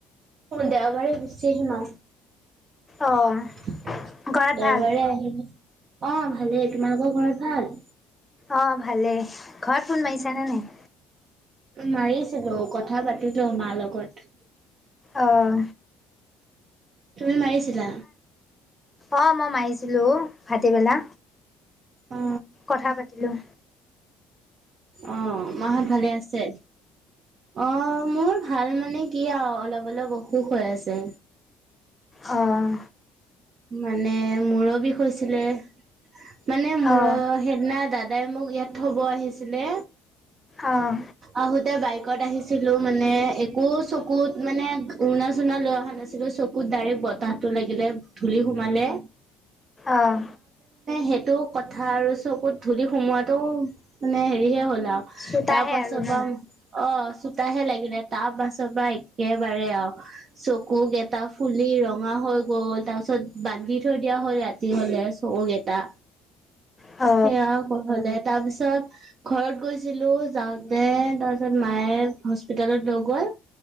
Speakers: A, on the right; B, on the left.
A: দেওবাৰে গুচি আহিম আৰু।
B: অঁ
A: দেওবাৰে
B: ঘৰত ভাল
A: আহিবি। অ' ভালেই তোমালোকৰ ঘৰত ভাল।
B: অ' ভালেই ঘৰত ফোন মাৰিছানে নাই?
A: মাৰিছিলো, কথা পাতিলো মাৰ লগত।
B: অঁ
A: তুমি মাৰিছিলা?
B: অ' মই মাৰিছিলোঁ ভাটিবেলা।
A: অ
B: কথা পাতিলো।
A: অহ মা-হত ভালে আছে, অহহ। মোৰ ভাল মানে কি আৰু অলপ অলপ অসুখ হৈ আছে।
B: আহ।
A: মানে মূৰৰ বিষ হৈছিলে মানে মূৰৰ
B: অঁ
A: সেইদিনা দাদ দাদাই মোক ইয়াত থব আহিছিলে
B: অঁ
A: আহোতে বাইক আহি আছিলো মানে একো চকুত মানে উৰ্ণা চুণা লৈ অহা নাছিলো চকুত ডাইৰেক্ট বতাহ ল ধ সে মানে
B: অঁ
A: সেই কথা আৰু চকুত ধূলি সোমোৱাতটো মানে হেৰিহে হ'ল আৰু
B: চোতাহে
A: তাৰ পাছত
B: আৰু ন
A: আ অ তাহে লাগিলে তাৰ বাছৰ পৰাা একেবাৰে আৰু চকুক এটা ফুলি ৰঙা হৈ গ'ল তাৰপিছত বান্ধি থৈ দিয়া হ'ল ৰাতি হলে চৌক এটা
B: অ
A: সেয়ালে তাৰপিছত ঘৰত গৈছিলো যাওঁতে তাৰপিছত মায়ে হস্পিিতেলত লগৰ